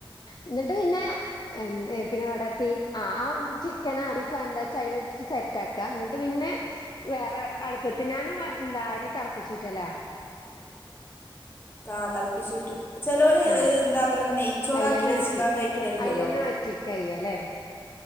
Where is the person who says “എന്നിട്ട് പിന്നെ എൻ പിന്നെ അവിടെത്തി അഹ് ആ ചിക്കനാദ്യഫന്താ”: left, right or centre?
Left